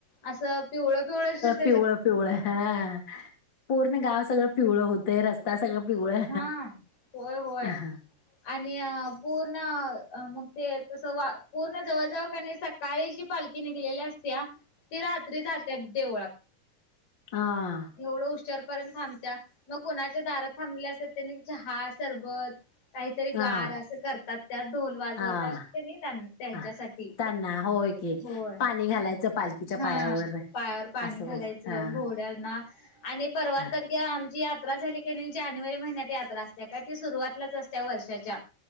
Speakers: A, on the left; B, on the left.
A: असं पिवळं पिवळ श
B: पिवळ पिवळ हा पूर्ण गाव सगळं पिवळ होतंय रस्ता सगळं पिवळं
A: हा होय होय
B: हा हा
A: आणि पूर्ण मग ते तस पूर्ण जवळ जवळ सकाळी ज पालखी निघल्या असत्या ते रात्री जातात देवळात
B: हा
A: एवढं हुशारपर्यंत थांबत मग कोणाच्या दारात त्यां ह सरबत काहीतरी
B: हा
A: गार अस करतात त्यात ढोल वाजवतात
B: हा
A: ते नाही त्यांच्यासाठी
B: हा. त्यांना होय की
A: होय
B: पाणी घालायचं पालखीच्या
A: हा
B: पायावर
A: पायावर पाणी
B: असं
A: घालायचं
B: होय हा
A: घोड्यांना आणि परवा
B: हा
A: तर आमची आ यात्रा झाली का नाही जानेवारी महिन्यात यात्रा असते का त सुरुवातलाच असत वर्षाच्या